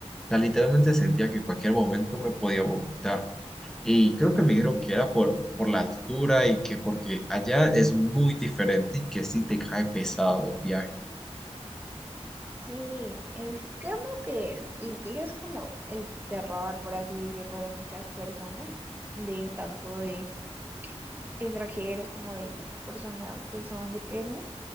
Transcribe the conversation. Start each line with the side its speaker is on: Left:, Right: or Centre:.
Centre: O sea, literalmente sentía que en cualquier momento me podía vomitar. Y creo que me dijeron que era por, por la altura y que porque allá es muy diferente y que sí te cae pesado el viaje.
Right: Sí, es como que Ticlio es como el terror, por así decirlo, de muchas personas, de tanto de extranjeros como de las personas que son de Perú,